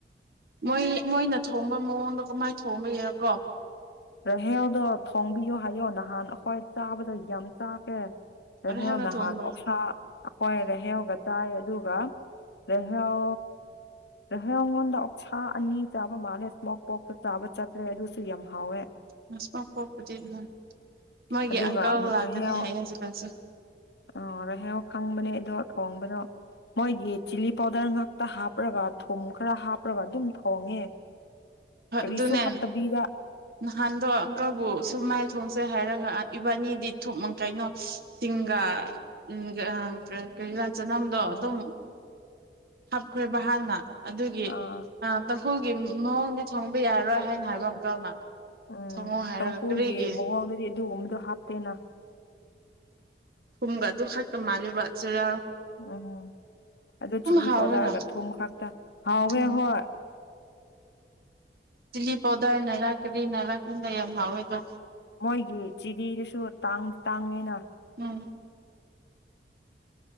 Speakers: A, on the right (about 55°); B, on the left (about 75°).
A: ꯃꯣꯏ ꯃꯣꯏꯅ ꯊꯣꯡꯕ ꯃꯑꯣꯡꯗ ꯀꯃꯥꯏꯅ ꯊꯣꯡꯕ ꯌꯥꯔꯀꯣ
B: ꯑ <inaudible> ꯍꯦꯜꯗꯣ ꯊꯣꯡꯕꯤꯌꯣ ꯍꯥꯏꯌꯣ ꯅꯪ ꯅꯍꯥꯟ ꯑꯈꯣꯏ ꯆꯥꯕꯗꯣ ꯌꯥꯝ ꯆꯥꯈꯦ ꯔ
A: ꯑꯔꯍꯦꯜꯅ
B: ꯍꯦ ꯅꯍꯥꯟ
A: ꯊꯣꯡꯕ
B: ꯑꯣꯛꯁꯥ ꯑꯩꯈꯣꯏ ꯔꯥꯍꯦꯜꯒ ꯆꯥꯏ ꯑꯗꯨꯒ ꯔꯍꯦꯜ ꯔꯍꯧ ꯑꯩꯉꯣꯟꯗ ꯑꯣꯞꯁꯥ ꯑꯅꯤ ꯆꯥꯕ ꯃꯥꯜꯂꯦ ꯏꯁꯃꯣꯛ ꯄꯣꯛꯁꯨ ꯆꯥꯕ ꯆꯠꯇꯂ꯭ꯦ ꯑꯗꯨꯁꯨ ꯌꯥꯝ ꯍꯥꯎꯋꯦ
A: ꯃꯁꯃꯛ ꯄꯣꯛꯄꯗꯤ ꯍꯣꯏ ꯃꯣꯏꯒꯤ
B: ꯑꯗꯨꯒ
A: ꯑꯪꯀꯜ ꯂꯥꯛꯀꯅꯤ
B: ꯔꯍꯌꯥ
A: ꯍꯥꯏꯌꯦ ꯍꯧꯖꯤꯛꯀꯥꯟꯁꯦ
B: ꯑꯥ ꯔꯍꯌꯥꯎ ꯈꯪꯕꯅꯦ ꯑꯗꯣ ꯊꯣꯡꯕꯗꯣ ꯃꯣꯏꯒꯤ ꯆꯤꯂꯤ ꯄꯥꯎꯗꯔ ꯉꯥꯛꯇ ꯍꯥꯞꯔꯒ ꯊꯨꯝ ꯈꯔ ꯍꯥꯞꯔꯒ ꯑꯗꯨꯝ ꯊꯣꯡꯉꯦ
A: ꯍꯣꯏ
B: ꯀꯔꯤꯁꯨ
A: ꯑꯗꯨꯅꯦ
B: ꯍꯥꯞꯇꯕꯤꯗ
A: ꯅꯍꯥꯟ ꯑꯗꯣ ꯑꯪꯀꯜꯕꯨ ꯁꯨꯝꯃꯥꯏ ꯊꯣꯡꯁꯦ ꯍꯥꯏꯔꯒ ꯏꯕꯥꯅꯤꯗꯤ ꯊꯨꯝ ꯀꯩꯅꯣ ꯆꯤꯡꯒ ꯎꯝ <unintelligible> ꯆꯅꯝꯗꯣ
B: ꯑꯥ
A: ꯑꯗꯨꯝ ꯍꯥꯞꯈ꯭ꯔꯦꯕ ꯍꯥꯟꯅ ꯑꯗꯨꯒꯤ
B: ꯑꯥ
A: ꯑꯥꯇꯪ <inaudible> ꯃꯑꯣꯡꯗꯤ ꯊꯣꯡꯕ ꯌꯥꯔꯔꯣꯏ ꯍꯥꯏꯅ ꯍꯥꯏꯕ ꯑꯪꯀꯜꯅ
B: ꯎꯝ
A: ꯊꯣꯡꯉꯣ ꯍꯥꯏꯔꯒ
B: ꯇꯥꯡꯈꯨꯜꯒꯤ
A: ꯀꯔꯤꯒꯤ
B: ꯃꯑꯣꯡꯗꯗꯤ ꯑꯗꯨꯒꯨꯝꯕꯗꯣ ꯍꯥꯞ__ ꯇꯦꯟꯅ
A: ꯊꯨꯝꯒ ꯑꯗꯨꯈꯛꯇ ꯃꯥꯜꯂꯦꯕ ꯆꯦꯔꯥ__
B: ꯎꯝ ꯑꯗꯨ ꯆꯤꯂꯤ
A: ꯍꯥꯎꯋꯦꯅ
B: ꯄꯥꯎꯗꯔꯒ ꯊꯨꯝ ꯈꯛꯇ ꯍꯥꯎꯋꯦ
A: ꯎꯝ
B: ꯍꯣꯏ
A: ꯆꯤꯂꯤ ꯄꯥꯎꯗꯔ ꯅꯒꯥ ꯆꯤꯂꯤ ꯅꯒꯥ ꯈꯟꯕ ꯌꯥꯝ ꯍꯥꯎꯑꯦꯕ
B: ꯃꯣꯏꯒꯤ ꯆꯤꯂꯤꯗꯨꯁꯨ ꯇꯥꯡ ꯇꯥꯡꯉꯤꯅ
A: ꯎꯝ